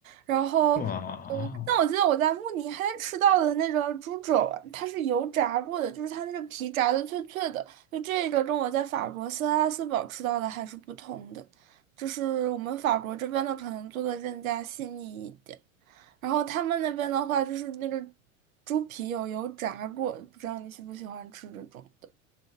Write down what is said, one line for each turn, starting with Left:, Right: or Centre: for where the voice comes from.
Right: 然后，
Left: 是吗？啊，
Right: 嗯，但我记得我在慕尼黑吃到的那个猪肘啊，它是油炸过的，就是它那个皮炸的脆脆的。就这个跟我在法国斯拉斯堡吃到的还是不同的，就是我们法国这边的可能做的更加细腻一点，然后他们那边的话就是那个猪皮有油炸过，不知道你喜不喜欢吃这种的。